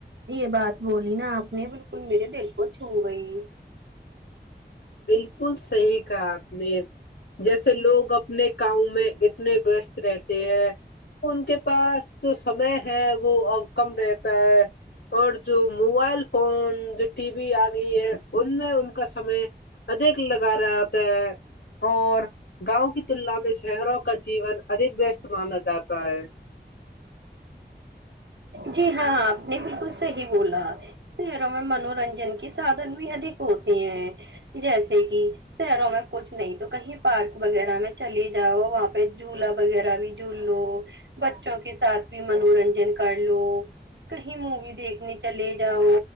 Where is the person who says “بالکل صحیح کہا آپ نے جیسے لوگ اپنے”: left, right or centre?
Left